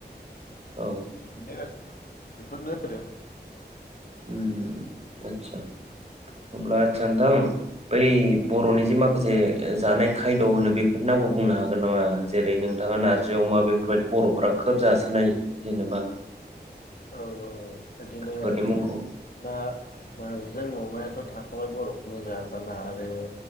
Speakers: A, on the right; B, on the left.
A: औ
B: बिदिनो बेफोरनो आरो
A: ओम आदसा अब्ला आदसा नोंथां बै बर'नि जे माखासे जानाय खायद' होनो बेफोरनि नामखौ बुंनो हागोन नामा जेरै नोंथाङा नारजि अमा बेफोरबायदि बर'फ्रा खोब जासोनाय जेनेबा।
B: औ औ। बिदिनो
A: फोरनि मुंखौ
B: ना नारजिजों अमायाथ' नाखौलाय बर'फोरनि जाग्रा ना आरो